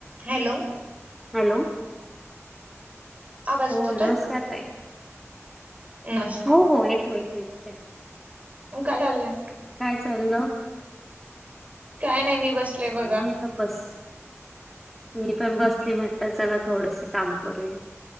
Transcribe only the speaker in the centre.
Hello.
हो
नमस्कार ताई.
हो हो येतो येतो य
काय? चालल.
काय
नाही आता बस मी पण बस. म्हटत चला थोडस काम करूया.